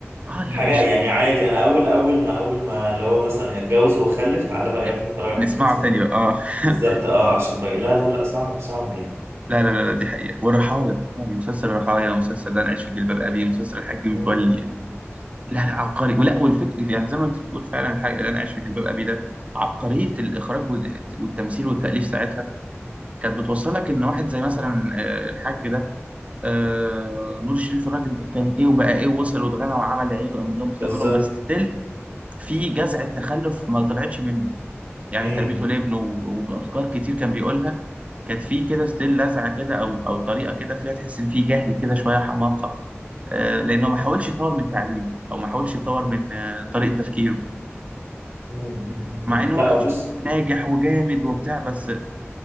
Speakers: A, on the right (about 30°); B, on the right (about 70°).
A: آه
B: حاجه
A: يا باشا
B: يعني عادي انا اول اول ما اول ما اللي هو مثلا اتجوز وخلف تعالى بقى
A: يعني
B: يا ابني اتفرج على
A: نسمعه
B: المسلسل
A: تاني
B: ده
A: بقى اه <laughs>
B: بالظبط اه عشان بقى لا لا لا صعب صعب يعني
A: لا لا لا لا، دي حقيقة والرحايا يعني مسلسل الرحايا مسلسل ده انا عايش في جلباب ابي مسلسل الحاج متولي
B: امم
A: لا لا عبقري ولا والفكر يعني زي ما انت بتقول فعلا الحاجه اللي انا عايش في جلباب ابي ده عبقريه الاخراج وال- والتمثيل والتاليف ساعتها كانت بتوصل لك ان واحد زي مثلا آه، الحاج ده آه، نور الشريف الراجل كان ايه وبقى ايه ووصل واتغنى وعمل عيله وامن لهم مستقبلهم
B: بالظبط
A: بس ستيل في جزعه تخلف ما طلعتش منه يعني
B: امم
A: تربيته لابنه و- وافكار كتير كان بيقولها كانت في كده ستيل لزعه كده او او طريقه كده فيها تحس ان في جهل كده شويه حماقه آه، لانه ما حاولش يطور من تعليمه او ما حاولش يطور من آه، طريقه تفكيره
B: أمم، أمم،
A: مع
B: أمم.
A: ان
B: لا
A: هو كان
B: بص
A: شخص ناجح وجامد وبتاع بس